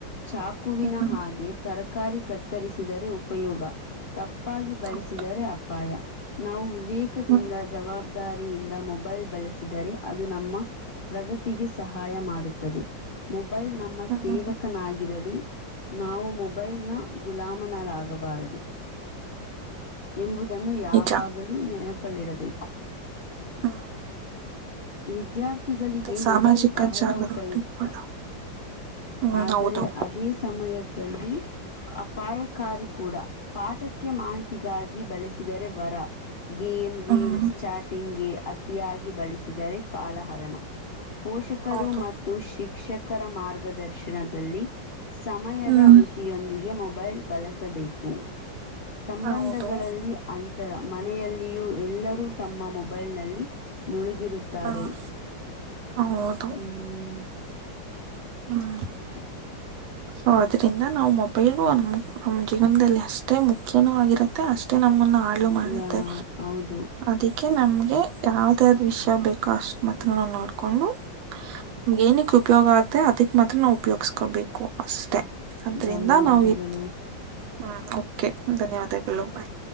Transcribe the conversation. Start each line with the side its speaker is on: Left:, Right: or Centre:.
Left: ಚಾಕುವಿನ
Right: ಹ್ಮ್
Left: ಹಾಗೆ ತರಕಾರಿ ಕತ್ತರಿಸಿದರೆ ಉಪಯೋಗ ತಪ್ಪ ತಾಪ್ಪಾಗಿ ಬಳಸಿದರೆ
Right: ಹೌದು
Left: ಅಪ್ಪಾಯ ನಾವು ವಿವೇಕದಿಂದ
Right: ಹ್ಮ್
Left: ಜವಾಬ್ದ ದಾರಿಯಿಂದ ಮೊಬೈಲ್ ಬಳಸಿದರೆ ಅದು ನಮ್ಮ ಪ್ರಗತಿಗೆ ಸಹಾಯ ಮಾಡುತ್ತದೆ ಮೊಬೈಲ್ ನಮ್ಮ
Right: ಹ್ಮ್
Left: ಸೇವಕನಾಗಿರಲಿ ನಾವು ಮೊಬೈಲನ ಗುಲಾಮನಾದಾಗಬಾರದು ಎಂಬುದನ್ನು ಯಾವಾಗಲೂ
Right: ನಿಜ
Left: ನೆನಪಲ್ಲಿಡಬೇಕು
Right: ಹ್ಮ
Left: ವಿದ್ಯಾರ್ಥಿಗಳಿಗೆ
Right: ಸಾಮಾಜಿಕ
Left: ಮೊಬೈಲ್ ಬಹಳ
Right: ಜಾಗೃತಿ
Left: ಉಪಯುಕ್ತ
Right: ಕೂಡ ಹ್ಮ್
Left: ಆದರೆ
Right: ಹೌದೌದು
Left: ಅದೇ ಸಮಯದಲ್ಲಿ ಅಪಾಯಕಾರಿ ಕೂಡ ಪಾಠಕ್ಕೆ ಮಾಹಿತಿಗಾಗಿ ಬಳಸಿದರೆ ವರ ಗೇಮ್ ರೀಲ್ಸ್
Right: ಹ್ಮ್
Left: ಚಾಟಿಂಗ್ಗೆ ಅತಿಯಾಗಿ ಬಳಸಿದರೆ ಕಾಲಹರಣ. ಪೋಷಕರು
Right: ಹೌದು
Left: ಮತ್ತು ಶಿಕ್ಷಕರ ಮಾರ್ಗದರ್ಶನದಲ್ಲಿ ಸಮಯದ
Right: ಹ್ಮ್
Left: ಮ ವಿಯೊಂದಿಗೆ ಮೊಬೈಲ್ ಬಳಸಬೇಕು ಸಂಬಂಧಗಳಲ್ಲಿ
Right: ಹೌದು
Left: ಅಂತರ ಮನೆಯಲ್ಲಿಯೂ ಎಲ್ಲರೂ ತಮ್ಮ ಮೊಬೈಲ್ನಲ್ಲಿ ಮುಳುಗಿರುತ್ತ್ ತಾರೆ
Right: ಹ್ಮ್ ಹೌದು
Left: ಹ್ಮ್
Right: ಹ್ಮ್
Left: <inaudible>
Right: ಸೊ ಅದ್ರಿಂದ ನಾವು ಮೊಬೈಲು ನಮ ನಮ್ ಜೀವನದಲ್ಲಿ ಅಷ್ಟೇ ಮುಖ್ಯನೂ ಆಗಿರುತ್ತೆ ಅಷ್ಟೇ ನಮ್ಮನ್ನು ಹಾಳ್ ಳು ಮಾಡುತ್ತೆ
Left: ಯಾ ಹೌದು
Right: ಅದಕ್ಕೆ ನಮ್ಗೆ ಯಾವ್ದ್ ಯಾವ್ದ್ ವಿಷಯ ಬೇಕು ಅಷ್ಟ ಮತ್ತ್ ತ್ರ ನೋಡ್ಕೊಂಡು ನಿಮ್ಗೆ ಏನಕ್ ಉಪಯೋಗ ಆತ್ತೆ ಅದಕ್ ಮಾತ್ರ ನಾವು ಉಪಯೋಗಸ್ಕೊಬೇಕು. ಅಷ್ಟೆ ಅದ್ರಿಂದ
Left: ಧನ್ಯವಾದಗಳು
Right: ನಾವು ಇ ಹ್ಮ ಕೆ ಧನ್ಯವಾದಗಳು ಬಾಯ್.